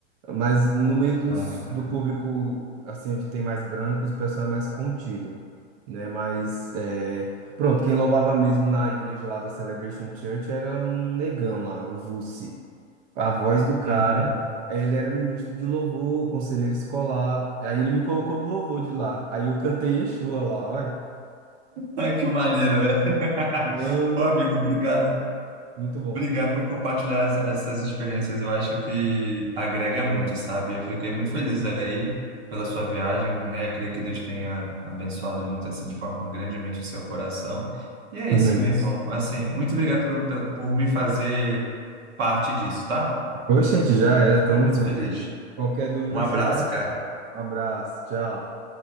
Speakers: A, on the right; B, on the right.
A: mas no meio dos,
B: Ah, que bacana.
A: do público, assim, onde tem mais brancos, o pessoal é mais contido, né, mas, é, pronto, quem louvava mesmo na igreja lá da Celebration Church era um negão lá, o Vuce, a voz do cara,
B: Uhum.
A: eh, ele era ministro de louvor, conselheiro escolar. Aí ele me colocou no louvor de lá. Aí eu cantei Yeshua lá, olha.
B: Ai, que maneiro, velho. <laughs>
A: Mano,
B: Ô, amigo, obrigado.
A: muito bom.
B: Obrigado por compartilhar as- essas experiências. Eu acho que agrega muito, sabe? Eu fiquei muito feliz aí pela sua viagem, né? Eu creio que Deus tenha abençoado muito, assim, de forma grandemente o seu coração. E é
A: Também.
B: isso, meu irmão. Assim, muito obrigado pelo- pe- por me fazer parte disso, tá?
A: Oxente, já era,
B: Eu fico
A: tamo
B: muito
A: junto.
B: feliz.
A: Qualquer dúvida
B: Um abraço,
A: é só pergunta.
B: cara.
A: Um abraço, tchau.